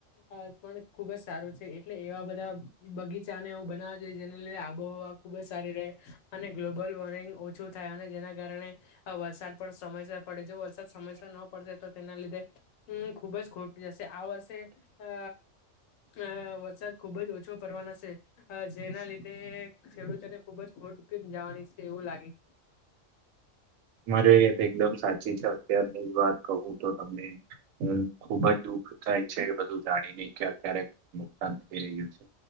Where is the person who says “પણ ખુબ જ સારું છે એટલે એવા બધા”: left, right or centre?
Left